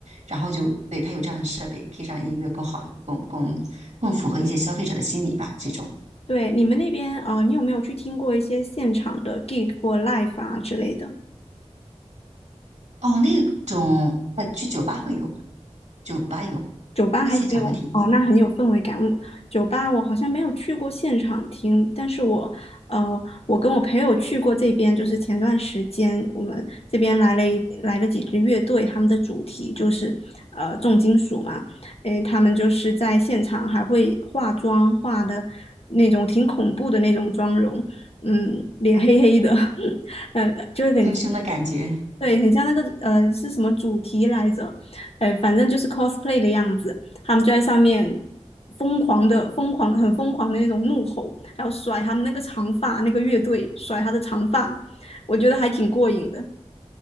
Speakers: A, on the right; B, on the left.
A: 然后就对它有这样的设备，可以让音乐更好、更更更符合一些消费者的心理吧。这种
B: 对，你们那边，呃，你有没有去听过一些现场的 gig 或 live 啊之类的？
A: 哦，那种呃，去酒吧会有吧，酒吧有，
B: 酒吧还挺有哦，
A: 会现场会听一些
B: 那很有氛围感。我酒吧我好像没有去过现场听，但是我呃，我跟我朋友去过这边，就是前段时间我们这边来了一来了几支乐队，他们的主题就是呃重金属嘛，诶，他们就是在现场还会化妆，化的那种挺恐怖的那种妆容，嗯，脸黑黑的，<laughs> 嗯，就会很
A: 听胸的感觉。
B: 对，很像那个呃是什么主题来着？哎，反正就是 cosplay 的样子，他们就在上面疯狂的、疯狂、很疯狂的那种怒吼，还有甩他们那个长发，那个乐队甩他的长发，我觉得还挺过瘾的。